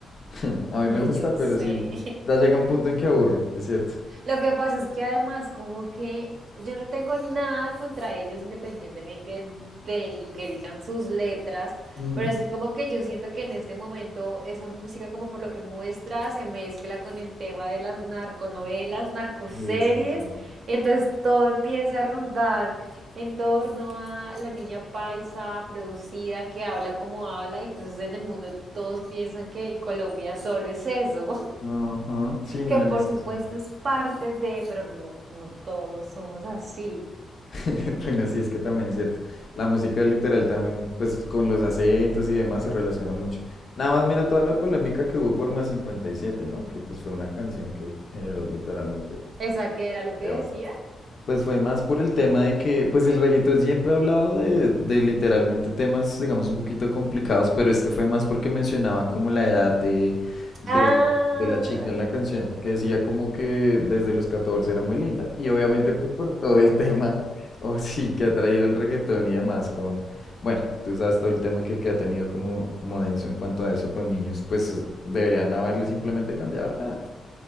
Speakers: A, on the left (about 45°); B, on the right (about 60°).
A: <laughs> A mí
B: Ay,
A: me gusta,
B: yo
A: pero
B: sé.
A: sí, ya llega un punto en que aburre, es cierto.
B: Lo que pasa es que además como que yo no tengo nada contra ellos independientemente de lo que digan sus letras,
A: Ujú.
B: pero es que como que yo siento que en este momento esa música como por lo que muestra se mezcla con el tema de las narconovelas, narcoseries,
A: Y eso sí.
B: y entonces todo empieza a rondar en torno a la niña paisa producida que habla como habla, y entonces en el mundo todos piensan que Colombia solo es eso
A: Ajá, sí, no,
B: que por
A: en eso
B: supuesto
A: sí.
B: es parte de, pero no, no todos somos así.
A: <laughs> Bueno, sí, es que también es cierto. La música literal también, pues con los acentos y demás se relaciona mucho. Nada más mira toda la polémica que hubo por Más cincuenta y siete ¿no? Que pues fue una canción que generó literalmente
B: ¿Esa qué era lo que
A: debate.
B: decía?
A: Pues fue más por el tema de que, pues el reggaetón siempre ha hablado de, de literalmente temas, digamos, un poquito complicados, pero este fue más porque mencionaba como la edad de, de,
B: Ah,
A: de la chica en
B: ya,
A: la canción,
B: ya, ya, ya,
A: que decía
B: ya, ya,
A: como
B: ya.
A: que desde los 14 era muy linda. Y obviamente pues por todo el tema, <laughs> o sí, que ha traído el reggaetón y demás con, bueno, tú sabes todo el tema que, que ha tenido como, como denso en cuanto a eso con niños, pues deberían haberle simplemente cambiado la edad.